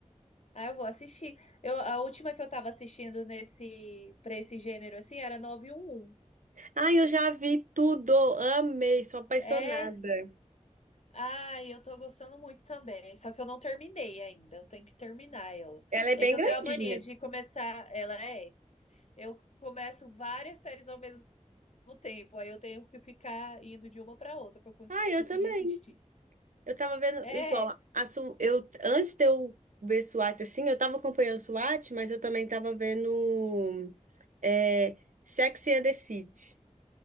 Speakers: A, on the left; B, on the right.
A: Ah, eu vou assistir. Eu, a última que eu tava assistindo nesse, para esse gênero assim era nove um. um.
B: Ah, eu já vi tudo, amei, sou apaixonada.
A: É, Ah, eu tô gostando muito também, só que eu não terminei ainda, eu tenho que terminar ela.
B: Ela é
A: É
B: bem
A: que eu
B: grandinha.
A: tenho a mania de começar, ela é, eu começo várias séries ao mesmo tempo, aí eu tenho que ficar indo de uma pra outra pra eu cons-
B: Ah, eu
A: conseguir
B: também.
A: assistir.
B: Eu tava vendo,
A: É,
B: igual, a Su- eu, antes de eu ver SWAT, assim, eu tava acompanhando SWAT, mas eu também tava vendo é, Sex and the City,